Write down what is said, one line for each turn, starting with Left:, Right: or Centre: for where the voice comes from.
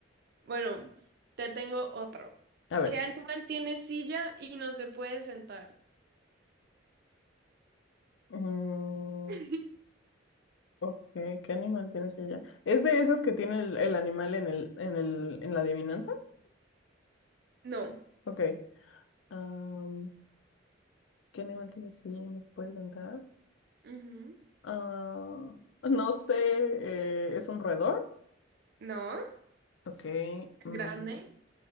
Right: Bueno, te tengo otro.
Left: A ver.
Right: ¿Qué animal tiene silla y no se puede sentar?
Left: Mm,
Right: <laughs>
Left: ok, ¿qué animal tienes ella? ¿Es de esos que tiene el, el animal en el, en el, en la adivinanza?
Right: No.
Left: Ok. am, ¿qué animal tiene silla y no se puede sentar?
Right: Ujú.
Left: Ah, no sé, eh, ¿es un roedor?
Right: No.
Left: Ok,
Right: grande?
Left: mm,